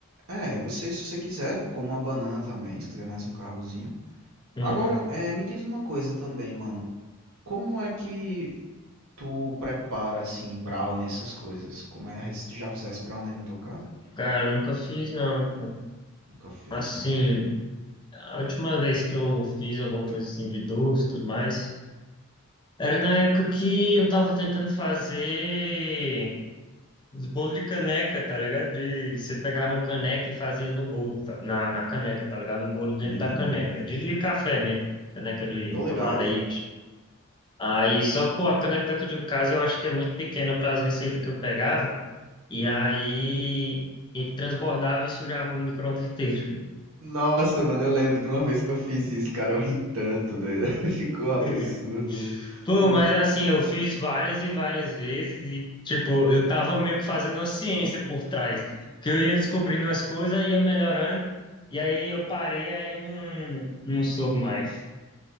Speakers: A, on the right (about 75°); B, on the left (about 20°).
A: É, você, se você quiser, come uma banana também, se quiser mais um carbozinho.
B: Uhum.
A: Agora, é, me diz uma coisa também, mano. Como é que tu prepara assim brownie essas coisas? Como é se tu já fizesse brownie aí na tua casa?
B: Cara, eu nunca fiz, não.
A: Nunca fez,
B: Assim,
A: né?
B: a última vez que eu fiz alguma coisa assim de doce, tudo mais. Era na época que eu tava tentando fazer os bolos de caneca, tá ligado? De, você pegava um caneca e fazia no bolo, tá? Na, na caneca, tá ligado? No bolo dentro
A: Hum,
B: da caneca. De, de café mesmo. Caneca de
A: tô
B: tomar
A: ligado.
B: leite. Aí, só, pô, a caneca daqui de casa eu acho que é muito pequena para as receitas que eu pegava. E aí, ele transbordava e sujava o micro-ondas inteiro.
A: Nossa, mano, eu lembro de uma vez que eu fiz isso, cara, eu ri tanto, doido. <laughs> Ficou absurdo.
B: <laughs> Pô,
A: o- o
B: mas assim, eu fiz várias e várias vezes e, tipo, eu tava meio que fazendo uma ciência por trás. Porque eu ia descobrindo as coisas, ia melhorando, e aí eu parei, aí eu não, não soube mais.